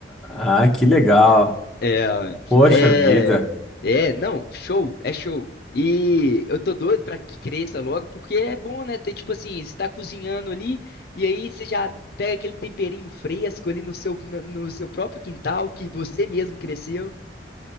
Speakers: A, in the centre; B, on the left (about 55°).
A: Ah, que legal.
B: É,
A: Poxa
B: é,
A: vida.
B: é, não, show, é show. E eu tô doido pra que cresça logo, porque é bom, né? Ter, tipo assim, você tá cozinhando ali, e aí você já pega aquele temperinho fresco ali no seu, no, no seu próprio quintal, que você mesmo cresceu.